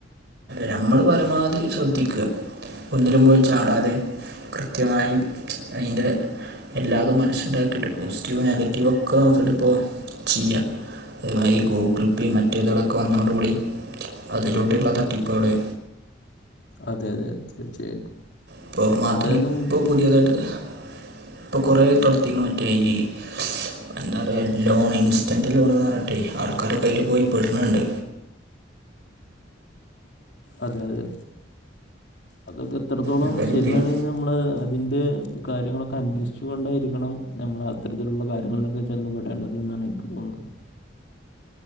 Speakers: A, on the right (about 65°); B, on the left (about 65°).
A: നമ്മള് പരമാവധി ശ്രദ്ധിക്ക ഒന്നിലും പോയി ചാടാതെ കൃത്യമായി അയിൻ്റെ എല്ലാതും മനസ്സിലാക്കിട്ട് പോസിറ്റീവ് നെഗറ്റീവൊക്കെ നോക്കിട്ട്പ്പോ ചെയ്യാ അതിൽ ഗൂഗിൾപേ മറ്റേ ഇതാളൊക്കെ വന്നോടുകൂടി അതിലൂടെള്ള തട്ടിപ്പുകള്
B: അതെ അതെ തീർച്ചയായിട്ടും
A: ഇപ്പോ മാത്രല്ല
B: എന്തായാലും
A: ഇപ്പോപുതിയതായിട്ട് ഇ പ്പോ കൊറേ തൊടത്തീക്ക്ന് എ ഇ എന്താ അറിയോ ലോൺ ഇൻസ്റ്റന്റ് ലോണ്ന്നറിഞ്ഞ്ടട്ട് ആൾക്കാർ ആണ് പോയി പെടുന്നത്
B: അതെ അതെ അതൊക്കെ എത്രത്തോളം
A: എന്തായാലും
B: ശരിയാണ്
A: ഇതിന്
B: എന്ന് നമ്മള് അതിൻ്റെ കാര്യങ്ങളൊക്കെ അന്വേഷിച്ചു കൊണ്ടായിരിക്കണം നമ്മൾ അത്തരത്തിലുള്ള കാര്യങ്ങൾ ഒക്കെ അന്വേഷിച്ചു കൊണ്ടേ ഇരിക്കണം എനിക്ക് തോന്നുന്നത്